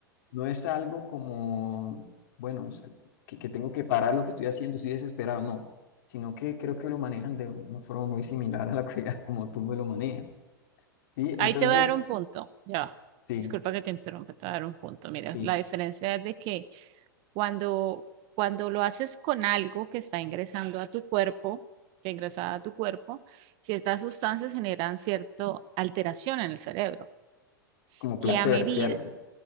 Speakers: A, on the left; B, on the right.
A: no es algo como, bueno, es que, que tengo que parar lo que estoy haciendo, estoy desesperado, no, sino que creo que lo manejan de una forma muy similar a la que <laughs> como tú me lo manejas. ¿Sí? Entonces,
B: Ahí te voy a dar un punto, ya, va.
A: sí,
B: disculpa que te interrumpa, te voy a dar un punto. Mira,
A: sí,
B: la diferencia es de que Cuando, cuando lo haces con algo que está ingresando a tu cuerpo, que ingresa a tu cuerpo, ciertas sustancias generan cierta alteración en el cerebro,
A: como
B: que
A: placer,
B: a medida,
A: ¿cierto?